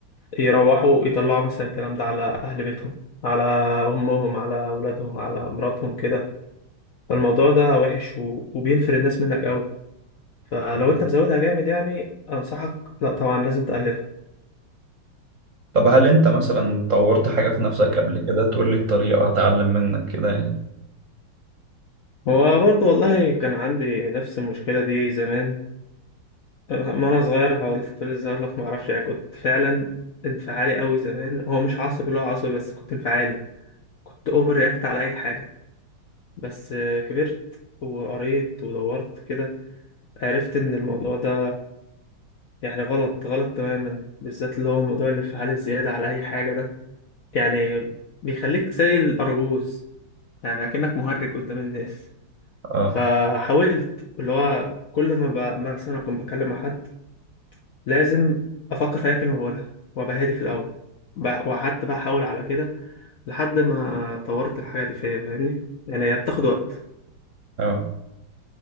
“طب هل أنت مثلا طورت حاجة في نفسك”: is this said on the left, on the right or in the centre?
Right